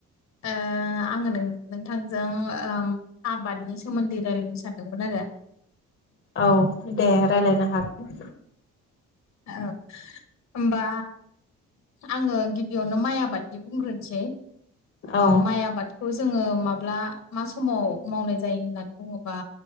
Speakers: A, on the left; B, on the left.
A: ओ आङो नोंथांजों ओ आबादनि सोमोन्दै रायलायनो सानदोंमोन आरो
B: औ दे रायलायनो हागोन
A: औ होमबा आङो गिबियावनो माइ आबादनि बुंग्रोनोसै ओ
B: औ।
A: माइ आबादखौ जोङो माब्ला मा समाव मावनाय जायो होननानै बुङोबा